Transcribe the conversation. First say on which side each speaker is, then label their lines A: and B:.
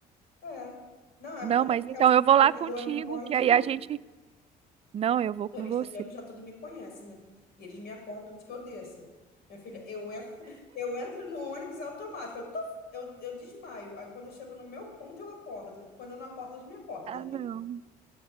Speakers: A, on the left (about 70°); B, on the right (about 35°).
A: É. Não, é
B: Não,
A: porque
B: mas então
A: os motoristas
B: eu vou lá contigo,
A: do ônibus morrem
B: que
A: de
B: aí
A: rir.
B: a gente. Não, eu vou
A: Motorista
B: com você.
A: de ônibus já tudo me conhece, né? E eles me acordam antes que eu desça. Minha filha, eu, en- <laughs> eu entro no ônibus, é automático. Eu, tuf, eu, eu desmaio. Aí quando eu chego no meu ponto, eu acordo. Quando eu não acordo, eles me acordam.
B: Ah, não.